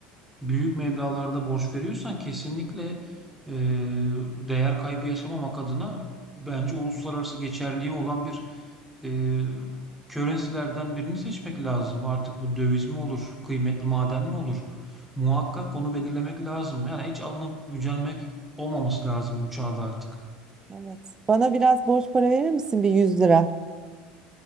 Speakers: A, in the centre; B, on the right.
A: büyük meblağlarda borç veriyorsan kesinlikle eee, değer kaybı yaşamamak adına bence uluslararası geçerliği olan bir eee currency'lerden birini seçmek lazım. Artık bu döviz mi olur, kıymetli maden mi olur? Muhakkak onu belirlemek lazım. Yani hiç alınıp gücenmek olmaması lazım bu çağda artık.
B: Evet. Bana biraz borç para verir misin bir yüz lira?